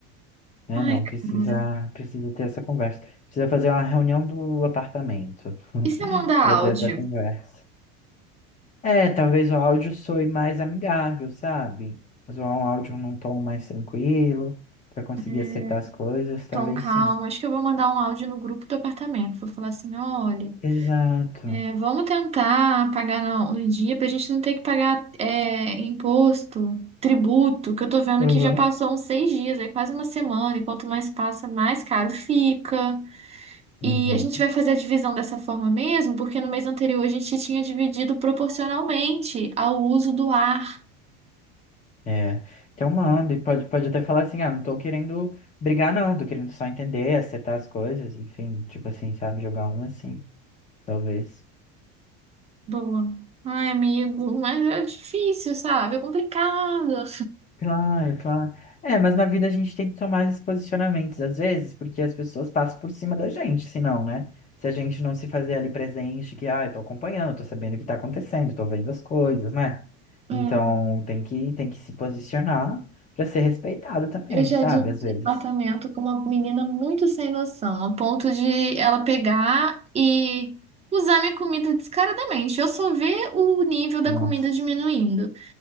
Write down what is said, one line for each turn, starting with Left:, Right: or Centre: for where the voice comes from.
Left: É,
Right: Ai,
Left: não,
Right: cara.
Left: precisa, precisa ter essa conversa. Precisa fazer uma reunião do apartamento <laughs>
Right: E se eu mandar
Left: para
Right: áudio?
Left: ter essa conversa. É, talvez o áudio soe mais amigável, sabe? Usar um áudio num tom mais tranquilo para conseguir
Right: Hum,
Left: acertar as coisas, talvez
Right: Tom, calma.
Left: sim.
Right: Acho que eu vou mandar um áudio no grupo do apartamento. Vou falar assim: olha,
Left: Exato.
Right: é, vamos tentar pagar na- no, dia pra gente não ter que pagar é, imposto, tributo, que eu tô vendo
Left: Uhum.
Right: que já passou uns seis dias, aí quase uma semana. E quanto mais passa, mais caro fica.
Left: Uhum.
Right: E a gente vai fazer a divisão dessa forma mesmo, porque no mês anterior a gente tinha dividido proporcionalmente ao uso do ar.
Left: É, então manda, e pode, pode até falar assim, ah, não tô querendo brigar não, tô querendo só entender, acertar as coisas, enfim, tipo assim, sabe, jogar um assim, talvez.
Right: Boa. Ai, amigo, mas é difícil, sabe? É complicado.
Left: Claro, claro. É, mas na vida a gente tem que tomar esses posicionamentos às vezes, porque as pessoas passam por cima da gente, se não, né? Se a gente não se fazer ali presente, que, ah, eu tô acompanhando, tô sabendo o que tá acontecendo, tô vendo as coisas, né?
Right: É,
Left: Então tem que, tem que se posicionar pra ser respeitado também,
Right: eu já
Left: sabe?
Right: dividi
Left: Às vezes.
Right: apartamento com uma menina muito sem noção, a ponto de ela pegar e usar minha comida descaradamente. Eu só ver o nível da
Left: Nossa.
Right: comida diminuindo.